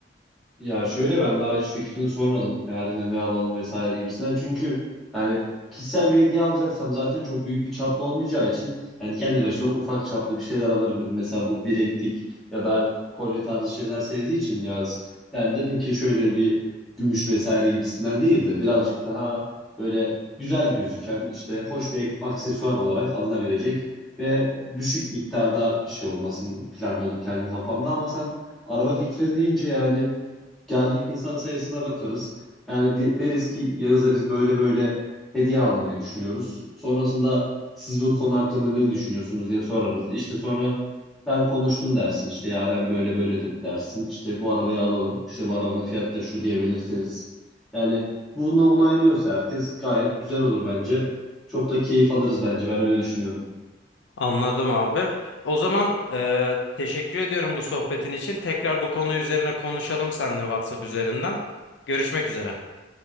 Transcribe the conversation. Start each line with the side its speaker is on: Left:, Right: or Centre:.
Centre: Ya şöyle ben daha hiç fikrini sormadım. Yarına ne alalım vesaire gibisinden. Çünkü yani kişisel bir hediye alacaksam zaten çok büyük bir çaplı olmayacağı için yani kendi başıma ufak çaplı bir şeyler alırım dedim. Mesela bu bileklik ya da kolye tarzı şeyler sevdiği için yaz. Yani dedim ki şöyle bir gümüş vesaire gibisinden değil de birazcık daha böyle güzel gözüken işte hoş bir aksesuar olarak alınabilecek ve düşük miktarda bir şey olmasını planlıyordum kendi kafamda ama sen araba fikrini deyince yani gelecek insan sayısına bakarız. Yani de- deriz ki Yağız'a biz böyle böyle hediye almayı düşünüyoruz. Sonrasında siz bu konu hakkında ne düşünüyorsunuz diye sorarız. İşte sonra ben konuştum dersin. İşte Yaren böyle böyle dedi dersin. İşte bu arabayı alalım. İşte bu arabanın fiyatı da şu diye belirtiriz. Yani bunu onaylıyorsa herkes gayet güzel olur bence. Çok da keyif alırız bence. Ben öyle düşünüyorum.
Left: Anladım abi. O zaman e, teşekkür ediyorum bu sohbetin için. Tekrar bu konu üzerine konuşalım seninle WhatsApp üzerinden. Görüşmek üzere.